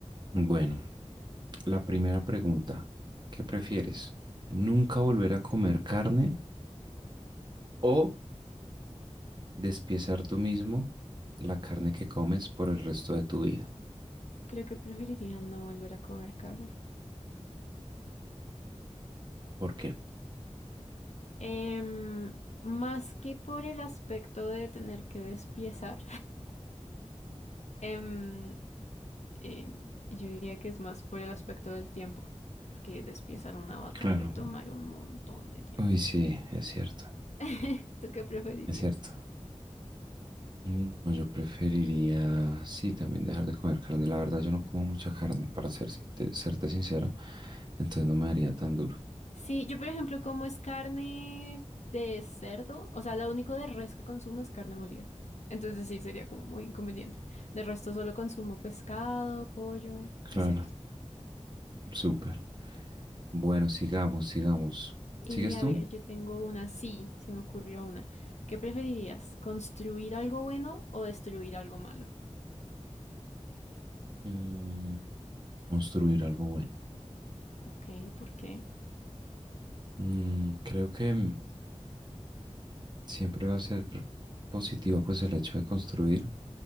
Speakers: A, on the right (about 40°); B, on the left (about 75°).
A: Bueno, la primera pregunta, ¿qué prefieres? ¿Nunca volver a comer carne o despiezar tú mismo la carne que comes por el resto de tu vida.
B: Creo que preferiría no volver a comer carne.
A: ¿Por qué?
B: Em, más que por el aspecto de tener que despiezar, em, em, yo diría que es más por el aspecto del tiempo, porque despiezar una vaca
A: Claro.
B: debe tomar un montón de tiempo.
A: Uy, sí, es cierto,
B: <laughs> ¿Tú qué preferirías?
A: es cierto. No, yo preferiría, sí, también dejar de comer carne. La verdad, yo no como mucha carne, para ser, sin- serte sincero. Entonces no me haría tan duro.
B: Sí, yo por ejemplo como es carne de cerdo, o sea, lo único de res que consumo es carne molida. Entonces sí, sería como muy inconveniente. De resto solo consumo pescado, pollo
A: Claro,
B: y cerdo.
A: súper. Bueno, sigamos, sigamos.
B: Y
A: ¿Sigues
B: a
A: tú?
B: ver, yo tengo una, sí, se me ocurrió una. ¿Qué preferirías? ¿Construir algo bueno o destruir algo malo?
A: Mm, construir algo bueno.
B: Ok, ¿por qué?
A: Mm, creo que Siempre va a ser positivo pues el hecho de construir,